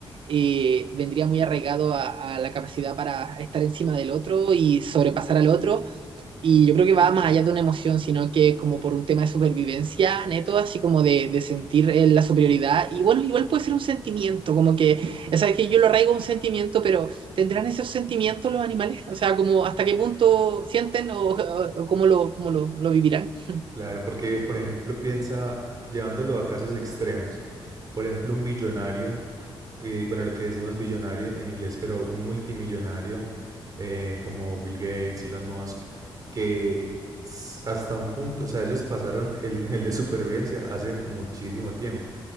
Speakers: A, on the right; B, on the right.
A: eh, vendría muy arraigado a, a, la capacidad para estar encima del otro y sobrepasar al otro. Y yo creo que va más allá de una emoción, sino que como por un tema de supervivencia, neto, así como de, de sentir eh, la superioridad. Y bueno, igual puede ser un sentimiento, como que, sabes que yo lo arraigo a un sentimiento, pero ¿tendrán esos sentimientos los animales? O sea, como hasta qué punto sienten o, o, o cómo, lo, cómo lo, lo vivirán. <laughs>
B: Claro, porque, por ejemplo, piensa llevándolo a casos extremos. Por ejemplo, un billonario eh, bueno, lo que decimos billonario en inglés, pero un multimillonario eh, como Bill Gates, Elon Musk, que s- hasta un punto, o sea, ellos pasaron el nivel de supervivencia hace muchísimo tiempo,